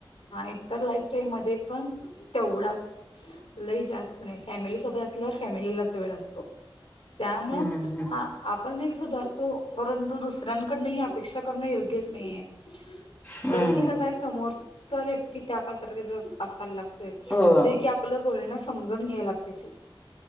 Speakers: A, on the left; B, on the left.
A: हा इतर लाईफ टाईम मध्ये पण तेवढाच लई जास्त नाही फॅमिली सोबत असल्यावर फॅमिलीलाच वेळ असतो, त्यामुं
B: हम्म हम्
A: आपण एक सुधारतो परंतु दुसऱ्यांकडन ही अपेक्षा करणं योग्यच नाहीये.
B: हम्म
A: कारण कि कस आहे समोरचा व्यक्ती त्या पात्रतेचा असायला लागत.
B: हो अ
A: जे की आपलं बोलणं समजून घ्यायला पाहिजे.